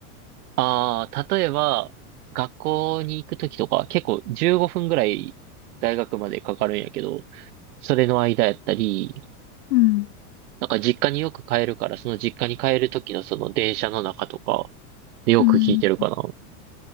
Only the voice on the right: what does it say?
ああ、例えば、学校に行くときとか、結構15分ぐらい大学までかかるんやけど、それの間やったり、
なんか実家によく帰るから、その実家に帰るときのその電車の中とか、よく聞いてるかな。